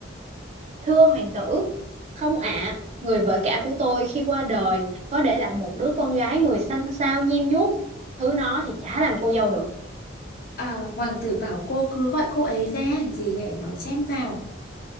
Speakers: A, on the right; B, on the left.
A: Thưa hoàng tử, không ạ, người vợ cả của tôi khi qua đời có để lại một đứa con gái người xanh xao nhem nhuốc, thứ nó thì chả làm cô dâu được.
B: "À, hoàng tử bảo cô cứ gọi cô ấy ra, dì ghẻ nó chen vào.